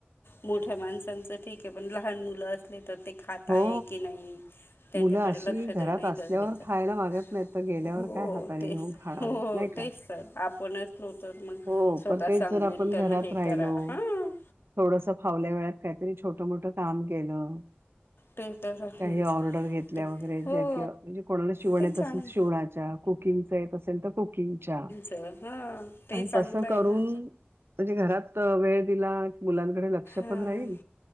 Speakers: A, on the left; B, on the right.
A: मोठ्या माणसांचं ठीके ये, पण लहान मुलं असले, तर ते खाताय
B: हो
A: की, नाही? त्यांच्याकडं,
B: मुलं अशी
A: लक्ष
B: घरात
A: देणं, ही
B: असल्यावर
A: गरजेचं ये,
B: खायला मागत नाहीत तर गेल्यावर
A: हो
B: काय हाताने
A: तेच
B: घेऊन
A: त,
B: खाणार
A: हो
B: आहेत नाही का
A: तेच आपण असलो, तर मग
B: हो
A: स्वतः
B: पण तेच
A: सांगून,
B: जर आपण
A: त्यांना
B: घरात
A: हे
B: राहिलो
A: करा, हं.
B: थोडस फावल्या वेळात, काहीतरी छोट मोठं काम केलं.
A: ते तर आहेच
B: काही ऑर्डर घेतल्या
A: ते
B: वगैरे,
A: हो
B: ज्या कि, म्हणजे कोणाला शिवण
A: ते
B: येत
A: चांग
B: असेल, तर शिवणार च्या, कुकिंग येत असेल, तर कुकिंग च्या
A: त हां ते
B: अन,
A: चांगलं
B: तसं
A: आहे
B: करून
A: ना
B: म्हणजे घरात वेळ दिला, मुलांकडे लक्ष
A: हां
B: पण राहील,